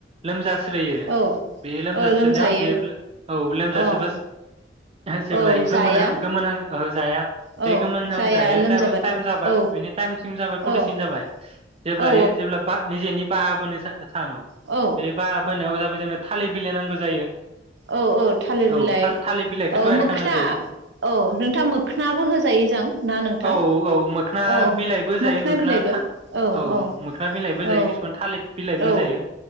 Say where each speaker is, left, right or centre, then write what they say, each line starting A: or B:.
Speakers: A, on the right; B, on the right.
A: लोमजा स्रोयो
B: औ
A: बे लोमजास्रोनायाव
B: औ लोमजायो
A: बे औ लोमजासोबा
B: अ
A: जेब्ला
B: औ
A: इयो
B: जाया
A: गोमोन हां गोमोन हां ओ जाया
B: औ
A: बे गोमोन होनजायो
B: जाया लोमजाबाथ'
A: ज टाइम
B: औ
A: जाबाय
B: औ
A: बेनि टाइमसिम जाबाय
B: औ
A: प्रटिसिन जाबाय जेब्लाय
B: औ
A: जेब्ला निजेनि बाहाबोन <unintelligible> सानु
B: औ
A: बे बाहाबोनायाव जाबाय जोंनो थालिर बिलाइ नांगौ जायो
B: औ औ थालिर
A: औ
B: बिलाइ
A: थालिर बिलाइखौ
B: औ
A: थयार
B: मोखोना
A: खालामनाय जायो
B: औ नोंथां मोखोनाबो होजायो जां ना नोंथां
A: औ औ मोखोना
B: औ
A: बिलाइबो जायो
B: मोखोना बिलाइबो
A: था
B: औ औ
A: मोखोना बिलाइबो जायो
B: औ
A: किसुमान थालिर बिलाइबो
B: औ
A: जायो